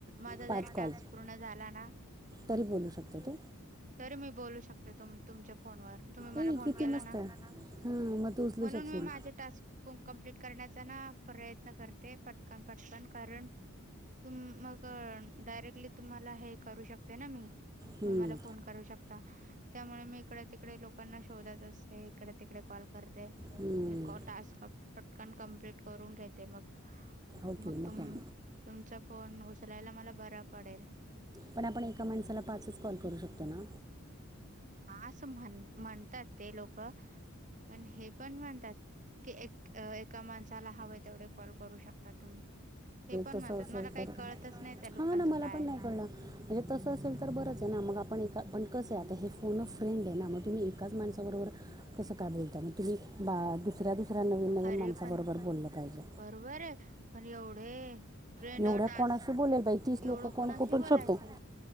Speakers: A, on the right (about 35°); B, on the right (about 15°).
A: माझा
B: पाच
A: जरी
B: कॉल
A: टास्क पूर्ण झाला ना..
B: तरी बोलू शकतो तू
A: तरी मी बोलू शकते त तुमच्या फोनवर. तुम्ही मला
B: ए
A: फोन
B: किती
A: केला
B: मस्त
A: ना,
B: हां मग तू उचलू
A: म्हणून
B: शकशील
A: मी माझे टास्क प कंप्लीट करण्याचा ना प्रयत्न करते पटकन पटकन कारण तु मग डायरेक्टली तुम्हाला हे करू शकते ना मी तुम्ही
B: हम्म,
A: मला करू शकता त्यामुळे मी इकडे तिकडे लोकांना शोधत असते. इकडे तिकडे कॉल करते. आणि
B: हम्म.
A: टास्क पटकन कंप्लीट करून घेते मग.
B: ओके
A: मग तुम
B: काय
A: तुमचा फोन उचलायला मला बरा पडेल.
B: पण आपण एका माणसाला पाचच कॉल करू शकतो ना...
A: हा असं म्हण म्हणतात ते लोक पण हे पण म्हणतात की एक एका माणसाला हवें तेवढे कॉल करू शकता तुम्ही ते पण
B: तसं
A: म्हणतात
B: असेल
A: मला काही
B: तर
A: कळतच नाही त्या लोकांचं
B: हां ना मला
A: काय
B: पण
A: आहे
B: नाही
A: ते.
B: कळलं म्हणजे तसं असेल तर बरंच आहे ना! मग आपण... एका पण कसं आहे, आता हे फोन फ्रेंड आहे ना, मग तुम्ही एकाच माणसाबरोबर... कसं काय बोलत मग तुम्ही? बा दुसऱ्या- दुसऱ्या, नवीन- नवीन
A: अरे
B: माणसाबरोबर
A: पण
B: बोललं पाहिजे.
A: बरोबर आहे आणि एवढे फ्रेंड
B: एवढ्या
A: अ टास्क
B: कोणाशी बोलेल बाई तीस
A: एवढं
B: लोक कोण
A: कोणाशी
B: कुठून
A: बोलायचं
B: शोपते ह